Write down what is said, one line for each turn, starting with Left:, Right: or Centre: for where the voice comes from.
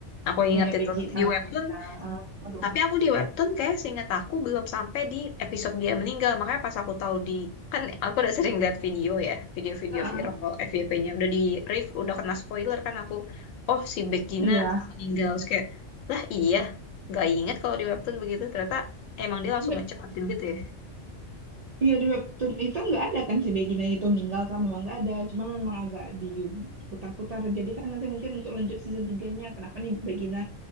Left: Aku ingat
Right: Iya,
Left: itu
Right: Begin,
Left: di
Right: ah,
Left: webtoon
Right: Begina, ah, aduh.
Left: Tapi aku di webtoon kayak seingat aku belum sampai di episode dia meninggal. Makanya pas aku tahu di kan aku udah sering lihat video ya, video-video
Right: Ah, ah,
Left: viral kalau FYP-nya udah di riff, udah kena spoiler kan aku. Oh, si Begina
Right: Iya,
Left: meninggal. Terus kayak lah iya, nggak inget kalau di webtoon begitu. Ternyata emang dia langsung
Right: iya
Left: ngecepatin gitu ya.
Right: Iya di webtoon itu nggak ada kan si Begina itu meninggal kan memang nggak ada cuma memang agak diputar-putar jadi kan nanti mungkin untuk lanjut season 3-nya kenapa nih Begina